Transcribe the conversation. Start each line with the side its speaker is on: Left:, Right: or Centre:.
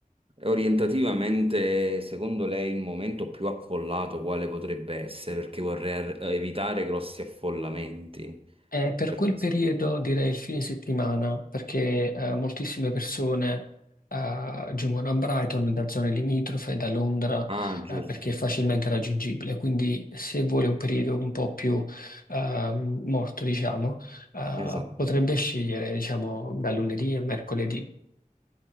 Right: E Orientativamente, secondo lei, il momento più affollato quale potrebbe essere? Perché vorrei ar- evitare grossi affollamenti.
Left: Eh, per
Right: Per-
Left: quel periodo direi il fine settimana, perché eh, moltissime persone eh, giungono a Brighton da zone limitrofe, da Londra,
Right: Ah, giusto.
Left: eh, perché è facilmente raggiungibile. Quindi se vuole un periodo un po' più ehm, morto, diciamo, eh,
Right: Esatto.
Left: potrebbe scegliere, diciamo, da lunedì a mercoledì,